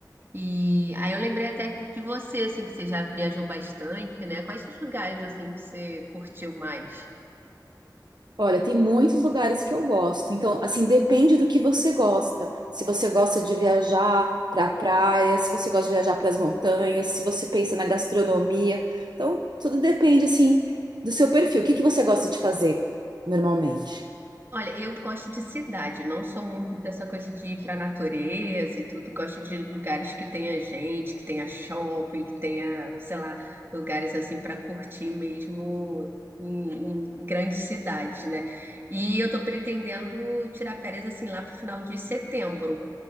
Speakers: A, on the right; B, on the right.
A: E aí eu lembrei até que de você, assim, que você já viajou bastante, né? Quais os lugares, assim, que você curtiu mais?
B: Olha, tem muitos lugares que eu gosto. Então, assim, depende do que você gosta. Se você gosta de viajar para a praia, se você gosta de viajar para as montanhas, se você pensa na gastronomia. Então, tudo depende, assim, do seu perfil. O que que você gosta de fazer normalmente?
A: Olha, eu gosto de cidade, não sou muito dessa coisa de ir para a natureza e tudo. Gosto de lugares que tenha gente, que tenha shopping, que tenha, sei lá, lugares assim para curtir mesmo em, em grandes cidades, né? E eu tô pretendendo tirar férias assim lá pro final de setembro.